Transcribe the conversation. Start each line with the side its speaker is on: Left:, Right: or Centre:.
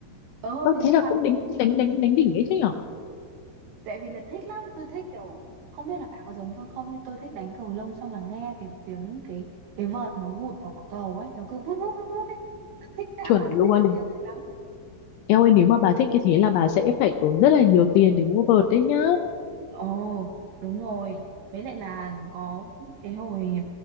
Right: ờ thế
Left: thế
Right: nhưng
Left: là
Right: mà
Left: cũng đánh đánh đánh đánh đỉnh ấy chứ nhở
Right: tại vì là thích lắm tôi thích kiểu không biết là bà có giống tôi không nhưng tôi thích đánh cầu lông xong là nghe kiểu tiếng cái cái vợt nó vụt vào quả cầu ấy nó cứ vút vút vút vút ấy tôi thích dã
Left: chuẩn
Right: man tôi
Left: luôn
Right: thích cái tiếng này lắm
Left: eo ơi nếu mà bà thích như thế là bà sẽ phải tốn rất là nhiều tiền để mua vợt đấy nhá
Right: Ồ, đúng rồi. Với lại là có cái hồi